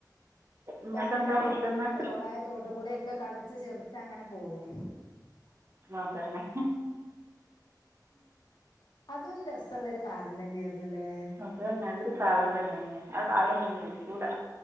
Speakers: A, on the right; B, on the left.
A: നിങ്ങൾക്ക്
B: പാടായ
A: എന്താ
B: പാടത്തുകൂടിയും
A: ഫുഡ് ഇന്ന്
B: തോടായ തോട്ടുകൂടിയ ഒക്കെ കളിച്ച് ചിറിച്ച അങ്ങനെ പോകും
A: അതന്നെ
B: അതൊരു രസള്ള ഒരു കാലം തന്നെയായിരുന്നുല്ലേ
A: അതന്നെ അതിരു കാലം തന്നെ ആഹ് കാലന്നും ഇനി കിട്ടൂല